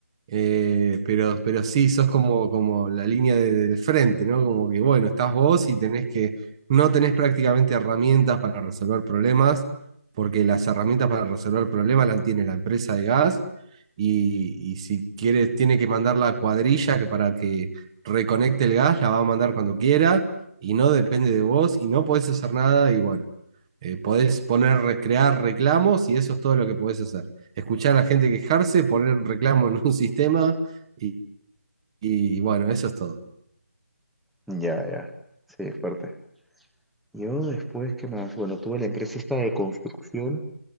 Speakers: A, on the right; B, in the centre.
A: Eh, pero, pero sí, sos como, como la línea de- del frente, ¿no? Como que, bueno, estás vos y tenés que, no tenés prácticamente herramientas para resolver problemas, porque las herramientas para resolver problemas las tiene la empresa de gas y, y si quiere, tiene que mandar la cuadrilla que para que reconecte el gas, la va a mandar cuando quiera y no depende de vos y no podés hacer nada y bueno. Eh, podés poner, recrear reclamos y eso es todo lo que podés hacer. Escuchar a la gente quejarse, poner un reclamo en un <laughs> sistema y, y bueno, eso es todo.
B: Ya, ya, sí, fuerte. Yo después, ¿qué más? Bueno, tuve la empresa esta de construcción